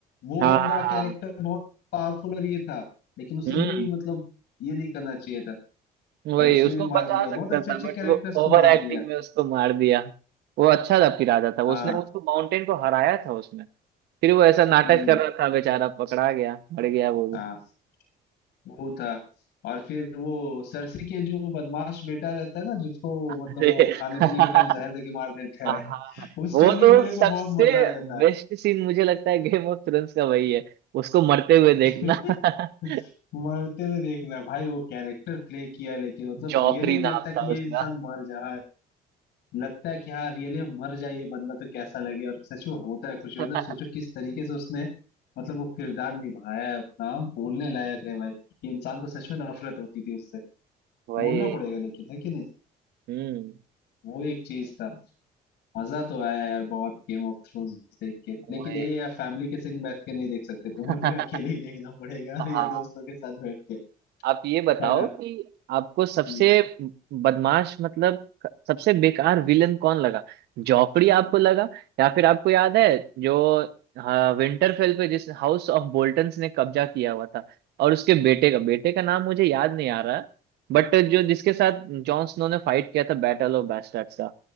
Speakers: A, on the left (about 80°); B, on the right (about 75°).
A: वो
B: हाँ
A: बंदा
B: हाँ हाँ,
A: कैरेक्टर बहुत पावरफुल और ये था लेकिन उसे
B: हम्म
A: भी मतलब ये नहीं करना चाहिए था
B: वही
A: पर उसके
B: उसको
A: भी मार
B: बचा
A: दिया बहुत
B: सकता
A: अच्छे
B: था
A: अच्छे
B: बट
A: कैरेक्टर्स
B: वो
A: को
B: ओवर
A: मार
B: एक्टिंग
A: दिया
B: में उसको मार दिया वो अच्छा था कि राजा था
A: हाँ
B: उसने उसको माउंटेन को हराया था उसमें फिर वो ऐसा नाटक
A: हम्म
B: कर रहा था बेचारा पकड़ा गया मर गया वो भी
A: हाँ वो था और फिर वो सरसी के जो बदमाश बेटा रहता है ना जिसको
B: अरे
A: मतलब वो खाने पीने
B: <laughs>
A: के टाइम जहर देके मार देता
B: हाँ
A: है <laughs> उस
B: वो
A: टाइम भी
B: तो
A: मेरे
B: सबसे
A: को बहुत मजा आया था
B: बेस्ट सीन मुझे लगता है गेम ऑफ थ्रोन्स का वही है उसको मरते हुए देखना
A: <laughs>
B: <laughs>
A: मरते हुए देखना भाई वो कैरेक्टर प्ले किया लेकिन मतलब
B: जॉफरी
A: रियली भी लगता
B: नाम
A: है कि
B: था
A: ये
B: उसका
A: इंसान मर जा लगता है कि हाँ रियली मर जाए ये बंदा तो कैसा लगे और सच में होता है कुछ मतलब
B: <laughs>
A: सोचो किस तरीके से उसने मतलब वो किरदार निभाया है अपना बोलने लायक है भाई कि इंसान को सच में नफरत होती थी उससे
B: वही
A: बोलना पड़ेगा लेकिन है कि नहीं
B: हम्म
A: वो एक चीज था मजा तो आया यार बहुत गेम ऑफ थ्रोन्स देख के लेकिन
B: वही
A: यही यार फैमिली के संग बैठ के नहीं देख सकते
B: <laughs>
A: तुम्हें तुम्हें अकेले ही देखना पड़ेगा
B: हाँ
A: <laughs> या दोस्तों के साथ बैठ के
B: आप ये बताओ
A: है ना
B: कि आपको सबसे
A: हम्म,
B: बदमाश मतलब सबसे बेकार विलन कौन लगा जॉफरी आपको लगा या फिर आपको याद है जो हाँ, विंटरफेल पे जिस हाउस ऑफ बोल्टन्स ने कब्जा किया हुआ था और उसके बेटे का बेटे का नाम मुझे याद नहीं आ रहा बट जो जिसके साथ जॉन स्नो ने फाइट किया था बैटल ऑफ बास्टर्ड्स का